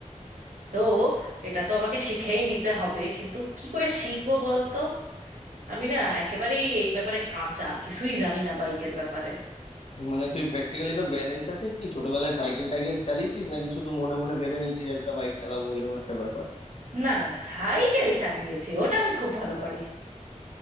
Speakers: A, on the right; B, on the left.
A: তো এটা তো আমাকে শিখেই নিতে হবে কিন্তু কি করে শিখবো বলতো আমি না একেবারেই এই ব্যাপারে কাঁচা কিছুই জানি না বাইকের ব্যাপারে
B: মানে তুই প্র্যাকটিক্যালি তোর ব্যালেন্স আছে কি ছোটবেলায় সাইকেল টাইকেল চালিয়েছিস নাকি শুধু মনে মনে ভেবে নিয়েছিস একটা বাইক চালাবো এরকম একটা ব্যাপার
A: না না না সাইকেল চালিয়েছি ওটা আমি খুব ভালো পারি